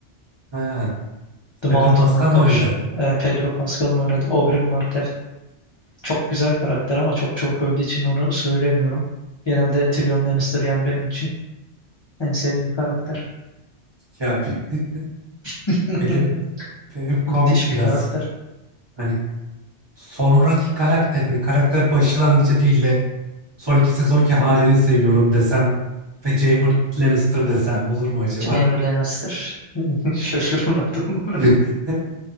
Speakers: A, on the right; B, on the left.
A: Ha,
B: The
A: Pedro
B: Mountain'dan
A: Pascal'la
B: kapışıyor.
A: oynadı.
B: Ee, Pedro Pascal'ın oynadığı Oberyn Martell. Çok güzel karakter ama çok çok öldüğü için onu söylemiyorum. Genelde Tyrion Lannister yani benim için En sevdiğim karakter.
A: Ya be-
B: <laughs>
A: benim benim komik
B: Müthiş bir
A: biraz.
B: karakter.
A: Hani sonraki karakterini, karakter başlangıcı değil de sonraki sezonki halini seviyorum desem ve Jaime Lannister desem olur mu acaba?
B: Jaime Lannister. <laughs> Şaşırmadım. <laughs>
A: <laughs>